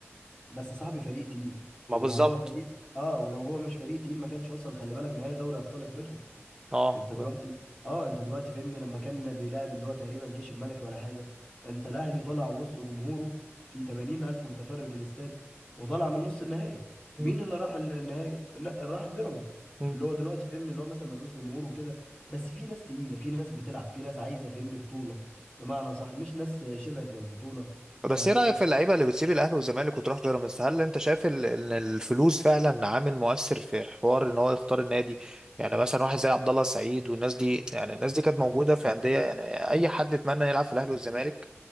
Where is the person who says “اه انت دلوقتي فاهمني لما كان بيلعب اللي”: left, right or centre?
Left